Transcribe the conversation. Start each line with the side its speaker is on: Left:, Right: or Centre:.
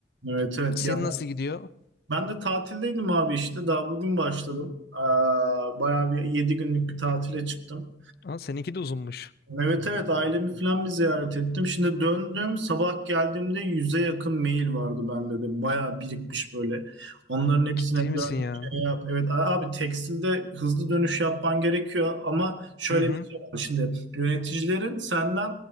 Right: Evet evet
Left: Senin
Right: ya
Left: nasıl gidiyor?
Right: Ben de tatildeydim abi işte. Daha bugün başladım. Ee, bayağı bir 7 günlük bir tatile çıktım.
Left: Aa, seninki de uzunmuş.
Right: Evet evet ailemi falan bir ziyaret ettim. Şimdi döndüm sabah geldiğimde yüze yakın mail vardı bende de. Bayağı birikmiş böyle. Onların hepsine
Left: Ciddi misin
Right: dön
Left: ya?
Right: şey yap. Evet a- abi tekstilde hızlı dönüş yapman gerekiyor ama şöyle
Left: Hı hı.
Right: bir şey var. Şimdi yöneticilerin senden